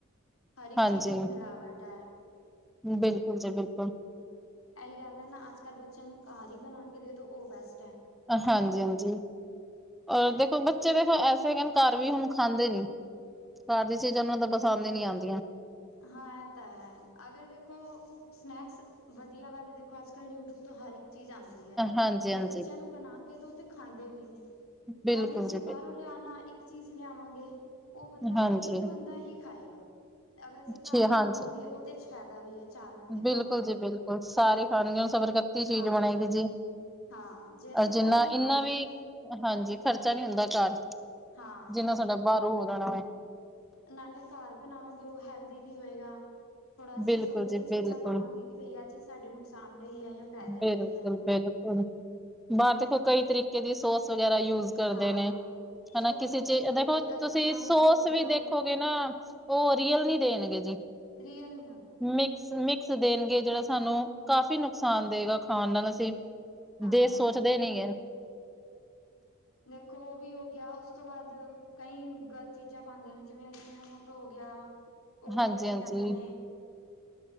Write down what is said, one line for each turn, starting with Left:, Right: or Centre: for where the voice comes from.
Left: ਹਰ ਇੱਕ
Centre: ਹਾਂਜੀ
Left: ਚੀਜ਼ ਵਿਚ ਮਿਲਾਵਟ ਹੈ।
Centre: ਬਿਲਕੁਲ ਜੀ ਬਿਲਕੁਲ।
Left: ਇਹੀ ਗੱਲ ਹੈ ਨਾ ਅੱਜ ਕੱਲ੍ਹ ਬੱਚਿਆਂ ਨੂੰ ਘਰ ਹੀ ਬਣਾ ਕੇ ਦੇ ਦੋ ਉਹ ਬੈਸਟ ਹੈ।
Centre: ਹਾਂਜੀ ਹਾਂਜੀ। ਔਰ ਦੇਖੋ ਬੱਚੇ ਦੇਖੋ ਐਸੇ ਘਰ ਵੀ ਹੁਣ ਖਾਂਦੇ ਨੀ ਸਾਰੀਆਂ ਚੀਜ਼ਾਂ ਉਹਨਾਂ ਨੂੰ ਤਾਂ ਪਸੰਦ ਹੀ ਨਹੀਂ ਆਉਂਦੀਆਂ।
Left: ਹਾਂ ਤਾਂ ਹੈ ਅਗਰ ਦੇਖੋ ਸਨੈਕਸ ਵਧੀਆ ਵੱਲ ਦੇਖੋ ਅੱਜ ਕੱਲ੍ਹ ਯੂਟਿਊਬ ਤੋਂ ਹਰ ਇੱਕ ਚੀਜ਼ ਆਉਂਦੀ।
Centre: ਹਾਂਜੀ
Left: ਅਗਰ
Centre: ਹਾਂਜੀ
Left: ਬੱਚਿਆਂ ਨੂੰ ਬਣਾ ਕੇ ਦੋ ਤੇ ਖਾਂਦੇ ਵੀ ਨੇ
Centre: ਬਿਲਕੁਲ
Left: ਨਾਲੇ ਅਸੀਂ
Centre: ਜੀ
Left: ਬਾਹਰੋਂ ਲਿਆਣਾ ਇੱਕ ਚੀਜ਼ ਲਿਆਵਾਂਗੇ ਉਹ ਬੰਦਾ
Centre: ਬਿਲ- ਹਾਂਜੀ
Left: ਇੱਕ ਬੰਦਾ ਹੀ ਖਾਏਗਾ। ਅਗਰ ਅਸੀਂ
Centre: ਠੀ
Left: ਘਰ ਬਣਾਵਾਂਗੇ
Centre: ਹਾਂਜੀ
Left: ਉਹਦੇ ਚ ਫਾਇਦਾ ਵੀ ਹੈ ਚਾਰ ਬੰਦੇ ਖਾਵਾਂਗੇ।
Centre: ਬਿਲਕੁਲ ਜੀ ਬਿਲਕੁਲ ਸਾਰੇ ਖਾਣਗੇੀਆਂ ਨੂੰ ਸਬਰ ਕਰ ਚੀਜ਼
Left: ਹਾਂ
Centre: ਬਣੇਗੀ ਜੀ
Left: ਹਾਂ ਜੇ ਅਸੀਂ
Centre: ਔਰ
Left: ਬਾਹਰੋਂ
Centre: ਜਿੰਨਾ
Left: ਮੰਗਵਾਵਾਂਗੇ
Centre: ਇਨਾ ਵੀ ਹਾਂਜੀ ਖਰਚਾ ਨੀ ਹੁੰਦਾ ਘਰ
Left: ਹਾਂ
Centre: ਜਿੰਨਾ ਸਾਡਾ ਬਾਹਰੋ ਹੋ ਜਾਣਾ ਵੇ
Left: ਨਾਲੇ ਘਰ ਬਣਾਵਾਂਗੇ ਉਹ ਹੈਲਦੀ ਵੀ ਹੋਏਗਾ। ਥੋੜ੍ਹਾ ਅਸੀਂ
Centre: ਬਿਲਕੁਲ
Left: ਸੋਚ
Centre: ਜੀ
Left: ਕੇ ਚੀਜ਼ਾਂ
Centre: ਬਿਲਕੁਲ
Left: ਪਾਵਾਂਗੇ ਕਿ ਬਈ ਆਹ ਚੀਜ਼ ਸਾਡੇ ਨੁਕਸਾਨ ਲਈ ਹੈ ਜਾਂ ਫਾਇਦੇ
Centre: ਬਿਲਕੁਲ
Left: ਲਈ ਹੈ।
Centre: ਬਿਲਕੁਲ। ਬਾਹਰ ਦੇਖੋ ਕਈ ਤਰੀਕੇ ਦੀ ਸੋਚ ਵਗੈਰਾ ਯੂਜ ਕਰਦੇ
Left: ਹਾਂ
Centre: ਨੇ ਹਨਾ
Left: ਸੋਸ
Centre: ਕਿਸੇ
Left: ਹੋ
Centre: ਚੀਜ਼
Left: ਗਏ
Centre: ਦੇਖੋ
Left: ਕੋਈ
Centre: ਤੁਸੀਂ
Left: ਅਜੀਨਾ
Centre: ਸੋਸ
Left: ਮੋਟੋ ਹੋ
Centre: ਵੀ
Left: ਗਿਆ
Centre: ਦੇਖੋ ਨਾ ਉਹ ਰੀਅਲ ਨੀ ਦੇਣਗੇ ਜੀ।
Left: ਰੀਅਲ ਨ
Centre: ਮਿਕਸ ਮਿਕਸ ਦੇਣਗੇ ਜਿਹੜਾ ਸਾਨੂੰ ਕਾਫ਼ੀ ਨੁਕਸਾਨ ਦੇਵੇਗਾ ਖਾਣ ਨਾਲ ਅਸੀਂ
Left: ਹਾਂ
Centre: ਦੇਸ਼ ਸੋਚਦੇ ਨ ਏ
Left: ਦੇਖੋ ਉਹ ਵੀ ਹੋ ਗਿਆ ਉਸ ਤੋਂ ਬਾਅਦ ਕਈ ਗਲਤ ਚੀਜ਼ਾਂ ਪਾਉਂਦੇ ਨੇ ਜਿਵੇਂ ਜਿਨਾਂ ਹੋ ਗਿਆ ਉਹ ਹੋ
Centre: ਹਾਂਜੀ
Left: ਗਿਆ ਕੀ
Centre: ਹਾਂਜੀ
Left: ਕਹਿੰਦੇ ਨੇ